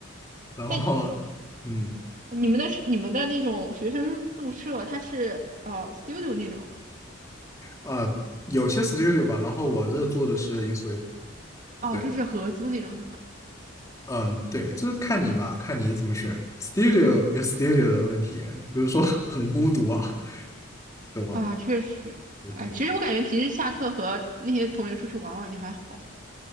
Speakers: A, on the left; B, on the right.
A: 然后嗯
B: 但你们的你们的那种学生宿舍，它是呃 studio 那种吗？
A: 啊、有些 studio 吧，然后我这做的是 InSuite，
B: 哦，
A: 对，
B: 就是合租那种是吧？
A: 嗯对，这看你吧，看你怎么选。studio 有 studio 的问题，比如说 <laughs> 很孤独啊，懂吗？
B: 啊，确实，
A: 不对。
B: 哎，其实我感觉平时下课和那些同学出去玩玩也还好。